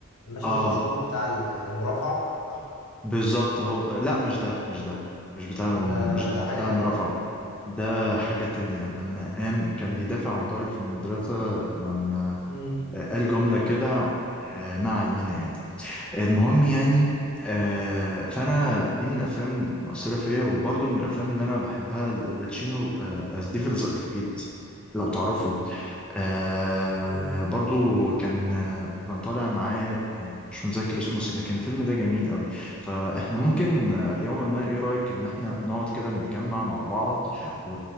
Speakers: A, on the left (about 90°); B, in the centre.
A: المشهد
B: اه
A: المشهور بتاع ال- المرافعة صح
B: بالظبط هو لا مش ده مش ده مش بتاع
A: ولا
B: مش
A: ولا ده حاجة
B: بتاع
A: تانية
B: مرافعة ده حاجة
A: مم.
B: تانية لما قام كان بيدافع عن طالب في المدرسة لما
A: مم.
B: آه، قال جملة كده آه، ما علينا يعني المهم يعني آه، فأنا دي من الأفلام المؤثرة فيا وبرضه من الأفلام اللي أنا بحبها الباتشينو آه، ذا ديفلز أدفوكيت لو تعرفوا آه
A: مم.
B: برضو كان آه، كان طالع معاه آه، مش متذكر اسمه بس لكن الفيلم ده جميل قوي فاحنا ممكن آه، يوما ما ايه رأيك ان احنا نقعد كده نتجمع مع بعض و...